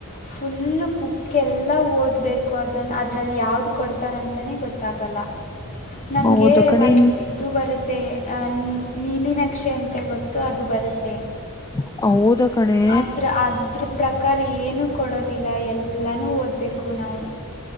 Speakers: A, on the left; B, on the left.
A: ಫುಲ್ ಬುಕ್ ಎಲ್ಲ ಓದಬೇಕು ಅದ ಅದರಲ್ಲಿ ಯಾವ್ದು ಕೊಡ್ತಾರಂತನೇ ಗೊತ್ತಾಗಲ್ಲ ನಮ್ಗೆ
B: ಹೌದ ಕಣೆ
A: ಒಂದ್ ಇದು ಬರುತ್ತೆ ಅಹ ನೀಲಿನ ಪಕ್ಷೆಯ ಅಂತೆ ಗೊತ್ತು ಅದು ಬರುತ್ತೆ
B: ಹ ಹೌದ ಕಣೆ
A: ಅದ್ರ ಅದ್ರ ಪ್ರಕಾರ ಏನು ಕೊಡೋದಿಲ್ಲ ಎಲ್ಲಾನೂ ಓದ್ಬೇಕು ಕನವು